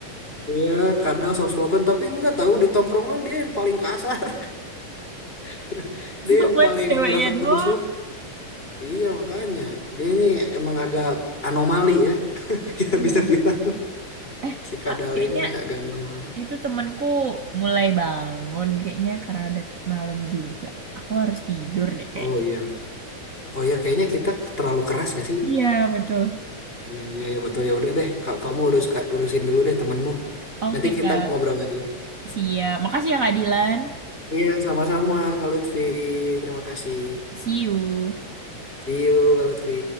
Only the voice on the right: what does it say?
<laughs>
sobat
ceweknya
doang
Iya,
betul.
eh
Kak, kayaknya
itu temanku mulai bangun kayaknya karena udah malam juga aku harus tidur deh kayaknya
iya betul
oke
kak
siap makasih ya Kak Dilan
see you